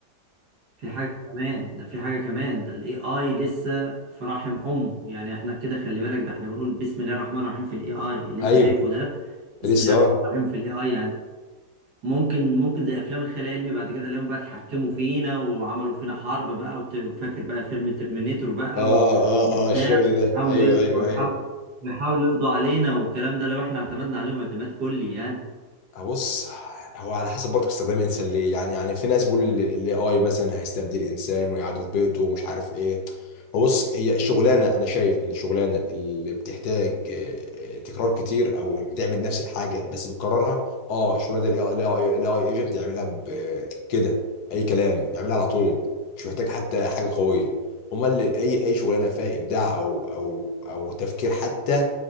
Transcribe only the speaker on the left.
ايوه
لسه
اه
اه
اه
اه الشغل ده
ايوه ايوه
ايوه
آه، بص هو على حسب برضه استخدام الانسان ليه يعني يعني في ناس بيقول الاي اي مثلا هيستبدل الانسان ويقعدوا في بيته ومش عارف ايه هو بص هي الشغلانه انا شايف ان الشغلانه اللي بتحتاج آه، تكرار كتير او بتعمل نفس الحاجه بس بتكررها اه الشغلانه دي الاي اي ايجنت يعملها ب- كده اي كلام يعملها على طول مش محتاج حتى حاجه قويه امال اي اي شغلانه فيها ابداع او او او تفكير حتى